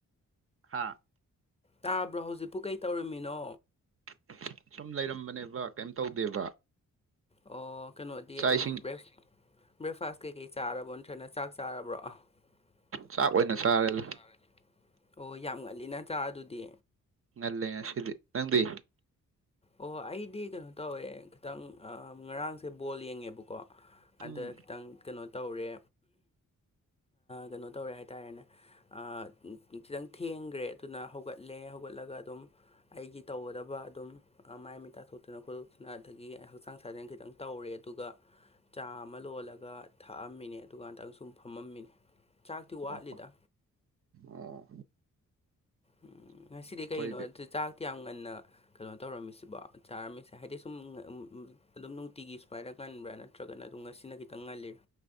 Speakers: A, on the right; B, on the left.
A: ꯍꯥꯥ
B: ꯇꯥꯕ꯭ꯔꯣ ꯍꯧꯖꯤꯛꯄꯨ ꯀꯩ ꯇꯧꯔꯝꯃꯤꯅꯣ
A: <inaudible> ꯁꯨꯝ ꯂꯩꯔꯝꯕꯅꯦꯕ ꯀꯩꯝ ꯇꯧꯗꯦꯕ
B: ꯑꯣ ꯀꯩꯅꯣꯗꯤ
A: ꯆꯥꯛ
B: ꯑꯗꯨꯝ
A: ꯏꯁꯤꯡ
B: ꯕꯦꯛ ꯕ꯭ꯔꯦꯛꯐꯥꯁ ꯀꯩꯀꯩ ꯆꯥꯔꯕꯣ ꯅꯠꯇ꯭ꯔꯒꯅ ꯆꯥꯛ ꯆꯥꯔꯕ꯭ꯔꯣ <unintelligible>
A: ꯆꯥꯛ ꯑꯣꯏꯅ ꯆꯥꯔꯦꯗ
B: ꯑꯣ ꯌꯥꯝ ꯉꯜꯂꯤꯅ ꯆꯥꯛ ꯑꯗꯨꯗꯤ
A: ꯉꯠꯂꯦ ꯉꯁꯤꯗꯤ ꯅꯪꯗꯤ
B: ꯑꯣ ꯑꯩꯗꯤ ꯀꯩꯅꯣ ꯇꯧꯋꯦ ꯈꯤꯇꯪ ꯉꯔꯥꯡꯁꯦ ꯕꯣꯜ ꯌꯦꯡꯉꯦꯕꯀꯣ ꯑꯗ
A: ꯎꯝ
B: ꯈꯤꯇꯪ ꯀꯩꯅꯣ ꯇꯧꯔꯦ ꯀꯩꯅꯣ ꯇꯧꯔꯦ ꯍꯥꯏꯇꯥꯔꯦꯅꯦ ꯑ ꯈꯤꯇꯪ ꯊꯦꯡꯈ꯭ꯔꯦ ꯑꯗꯨꯅ ꯍꯧꯒꯠꯂꯦ ꯍꯧꯒꯠꯂꯒ ꯑꯗꯨꯝ ꯑꯩꯒꯤ ꯇꯧꯒꯗꯕ ꯑꯗꯨꯝ ꯃꯥꯏ ꯃꯤꯠ ꯇꯥꯊꯣꯛꯇꯅ ꯈꯣꯠꯇꯣꯛꯇꯅ ꯑꯗꯒꯤ ꯍꯛꯆꯥꯡ ꯁꯥꯖꯦꯟ ꯈꯤꯇꯪ ꯇꯧꯔꯦ ꯑꯗꯨꯒ ꯆꯥ ꯑꯃ ꯂꯣꯜꯂꯒ ꯊꯛꯑꯝꯃꯤꯅꯦ ꯑꯗꯨꯒ ꯉꯥꯛꯇꯪ ꯁꯨꯝ ꯐꯝꯃꯝꯃꯤꯅꯦ ꯆꯥꯛꯇꯤ
A: ꯑꯣ
B: ꯋꯥꯠꯂꯤꯗ
A: ꯑꯣ ꯑꯣ
B: ꯎꯝ ꯉꯁꯤꯗꯤ
A: ꯑꯩꯈꯣꯏꯗꯤ
B: ꯀꯩꯅꯣ ꯑꯗꯨ ꯆꯥꯛꯇꯤ ꯌꯥꯝ ꯉꯟꯅ ꯀꯩꯅꯣ ꯇꯧꯔꯝꯃꯤꯁꯤꯕꯣ ꯆꯥꯔꯝꯃꯤꯁꯦ ꯍꯥꯏꯗꯤ ꯁꯨꯝ ꯎꯝ ꯎꯝ ꯑꯗꯨꯝ ꯅꯨꯡꯇꯤꯒꯤ ꯁꯨꯃꯥꯏꯅ ꯉꯟꯕ‌꯭ꯔꯥ ꯅꯠꯇ꯭ꯔꯒꯅ ꯑꯗꯨꯝ ꯉꯁꯤꯅ ꯈꯤꯇꯪ ꯉꯜꯂꯤꯔꯥ